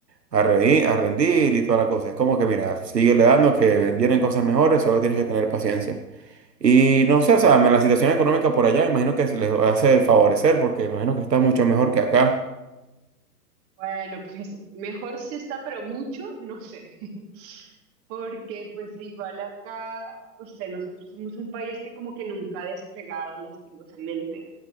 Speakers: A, on the right (about 80°); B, on the right (about 30°).
A: a, redi- a rendir y toda la cosa. Es como que, mira, sigue le dando que vienen cosas mejores, solo tienes que tener paciencia. Y no sé, o sea, la situación económica por allá, imagino que se les hace el favorecer, porque imagino que está mucho mejor que acá.
B: Bueno, pues mejor si está, pero mucho, no sé. <laughs> Porque pues igual acá, no sé, nosotros somos un país que como que nunca ha despegado lastimosamente.